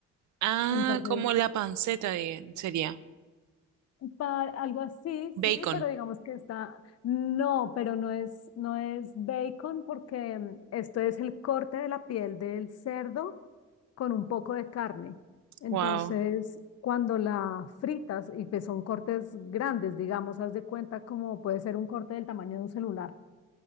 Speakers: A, on the right (about 70°); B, on the left (about 55°).
A: Ah,
B: Entonces,
A: como la panceta de- sería.
B: Para algo así,
A: Bacon.
B: sí, pero digamos que está, no, pero no es, no es bacon porque mm, esto es el corte de la piel del cerdo con un poco de carne. Entonces,
A: Wow.
B: cuando la fritas, y que son cortes grandes, digamos, haz de cuenta como puede ser un corte del tamaño de un celular.